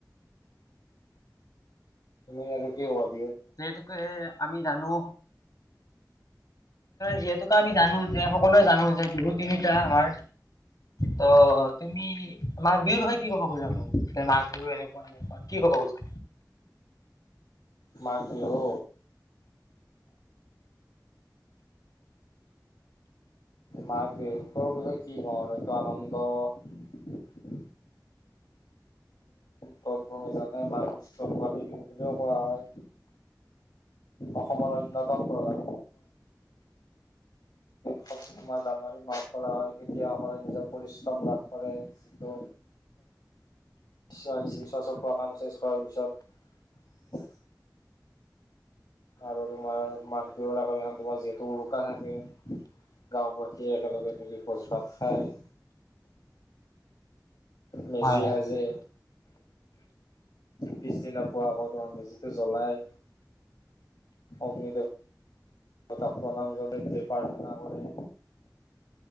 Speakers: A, on the left (about 80°); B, on the left (about 60°).
A: তোমাৰ আৰু কি হ'ল
B: সেহেতুকে আমি জানো। যিহেতুক আমি জানো। এতিয়া সকলোৱে জানো যে, বিহু তিনিটা আমাৰ। ত' তুমি মাঘ বিহুৰ বিষয়ে কি ক'ব খুজা মোক। ত' মাঘ বিহু এনেকুৱা, এনেকুৱা কি ক'ব খোজা।
A: মাঘ বিহু। মাঘবিহু। সৰুটো যে কি হয় যিটো আনন্দ তইতো নেজানা মাঘ বিহুক ভোগালী বুলিও কোৱা হয়। অসমৰ অন্যতম
B: হয়
A: প্ৰধান। খচমা যান। তহঁতি মাখ খলা হয় কেতিয়া হ'ব। সকলোৱে নিজৰ পৰিশ্ৰম লাভ কৰে যিটো ছ চপোৱা কাম শেষ কৰাৰ পিছত আৰু তোমাৰ মাঘ বিহুৰ আগত এখন তোমাৰ যিহেতু উৰুকা থাকে, গাঁওবাসীয়ে একেলগে মিলি ভোজ ভাত খাই মেজি
B: হয় হয়
A: সাজে। পিছদিনা পোৱা আকৌ তোমাৰ মেজিটো জ্বলাই অগ্নিদেৱ দেৱতাক প্ৰণাম জনাই দি প্ৰাৰ্থনা কৰে।